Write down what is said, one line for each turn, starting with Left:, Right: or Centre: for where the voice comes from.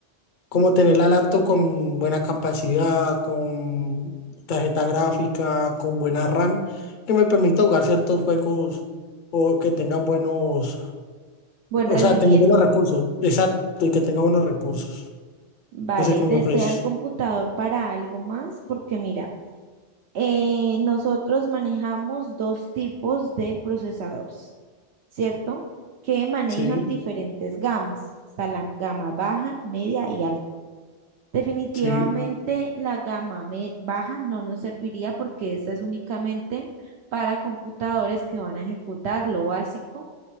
Left: como tener la laptop con buena capacidad, con tarjeta gráfica, con buena RAM, que me permita jugar ciertos juegos o que tengan buenos,
Right: Buen
Left: o
Right: rendimiento.
Left: sea, tener buenos recursos, exacto, y que tenga buenos recursos.
Right: Vale,
Left: No sé qué
Right: ¿desea
Left: me ofreces.
Right: el computador para algo más? Porque mira, eh, nosotros manejamos dos tipos de procesadores, ¿cierto? Que manejan
Left: Sí,
Right: diferentes gamas. Está la gama baja, media y alta. Definitivamente
Left: sí,
Right: la gama me- baja no nos serviría porque esa es únicamente para computadores que van a ejecutar lo básico,